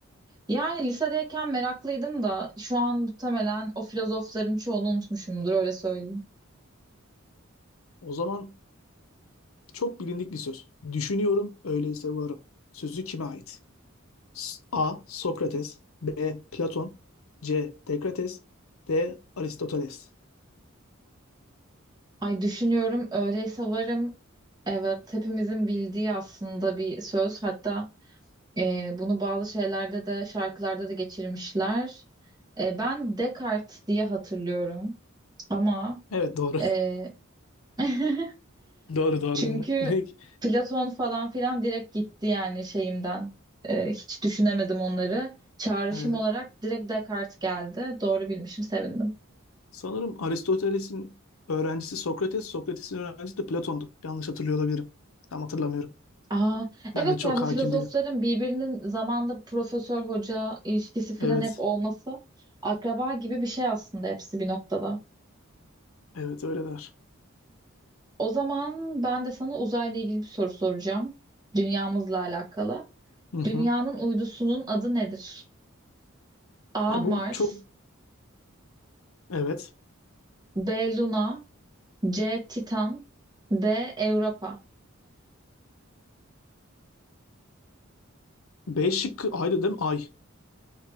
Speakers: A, on the right (about 20°); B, on the left (about 80°).
A: Yani lisedeyken meraklıydım da şu an muhtemelen o filozofların çoğunu unutmuşumdur öyle söyleyeyim.
B: O zaman çok bilindik bir söz. Düşünüyorum, öyleyse varım. Sözü kime ait? S- A. Sokrates B. Platon C. Dekrates D. Aristoteles
A: Ay düşünüyorum öyleyse varım. Evet hepimizin bildiği aslında bir söz. Hatta e, bunu bazı şeylerde de şarkılarda da geçirmişler. E, ben Descartes diye hatırlıyorum ama
B: Evet doğru.
A: e, <laughs>
B: <laughs> Doğru doğru
A: Çünkü
B: doğru. Demek
A: Platon falan filan direkt gitti yani şeyimden. Ee, hiç düşünemedim onları. Çağrışım
B: e,
A: olarak direkt Descartes geldi. Doğru bilmişim, sevindim.
B: sanırım Aristoteles'in öğrencisi Sokrates, Sokrates'in öğrencisi de Platon'du. Yanlış hatırlıyor olabilirim. Tam hatırlamıyorum.
A: Aa, evet
B: Ben de çok
A: ya bu
B: hakim
A: filozofların
B: değilim.
A: birbirinin zamanda profesör hoca ilişkisi filan
B: Evet.
A: hep olması akraba gibi bir şey aslında hepsi bir noktada.
B: Evet öyle der.
A: O zaman ben de sana uzayla ilgili bir soru soracağım. Dünyamızla alakalı.
B: Hı hı.
A: Dünyanın uydusunun adı nedir? A.
B: Ya
A: Mars
B: bu çok evet.
A: B. Luna C. Titan. D. Europa.
B: B şıkkı aydı değil mi? Ay.